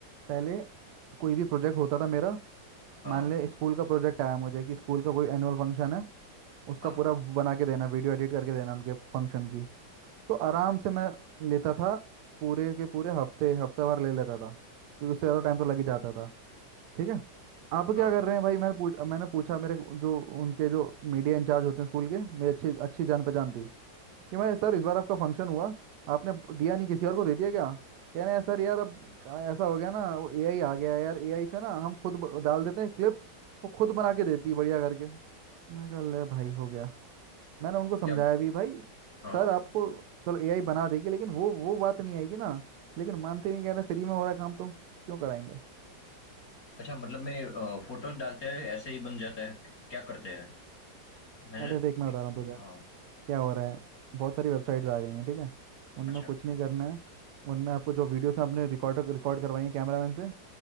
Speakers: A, on the right (about 75°); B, on the left (about 55°).
A: पहले कोई भी प्रोजेक्ट होता था मेरा
B: हाँ
A: मान ले स्कूल का प्रोजेक्ट आया मुझे कि स्कूल का कोई एनुअल फंक्शन है उसका
B: हाँ
A: पूरा बना के देना वीडियो एडिट करके देना उनके फंक्शन की तो आराम से मैं लेता था पूरे के पूरे हफ्ते हफ्ते भर ले लेता था क्योंकि उससे ज़्यादा टाइम तो लग ही जाता था ठीक है आप
B: हाँ
A: क्या कर रहे हैं भाई मैंने पूछ मैंने पूछा मेरे जो उनके जो मीडिया इंचार्ज होते हैं स्कूल के मेरे अच्छी अच्छी जान पहचान थी कि मैं सर इस बार आपका फंक्शन हुआ आपने दिया नहीं किसी और को दे दिया क्या कह रहे हैं सर यार अब का- ऐसा हो गया ना वो एआई आ गया है यार एआई से ना हम खुद ब- डाल देते हैं क्लिप्स वो खुद बना के देती है बढ़िया करके मैं कहा ले भाई हो गया मैंने उनको समझाया
B: क्या
A: भी भाई
B: हाँ
A: सर आपको चलो एआई बना देगी लेकिन वो वो बात नहीं आएगी ना लेकिन मानते नहीं कह रहे फ्री में हो रहा है काम तो क्यों कराएंगे
B: अच्छा मतलब मैं अ, फोटोज डालते हैं ऐसे ही बन जाता है क- क्या करते हैं मैंने
A: अरे देख मैं बता रहा हूँ तुझे
B: हाँ
A: क्या हो रहा है बहुत सारी वेबसाइट्स आ गई हैं ठीक है उनमें
B: अच्छा
A: कुछ नहीं करना है उनमें आपको जो वीडियोस आपने रिकॉर्ड रिकॉर्ड करवाई है कैमरामैन से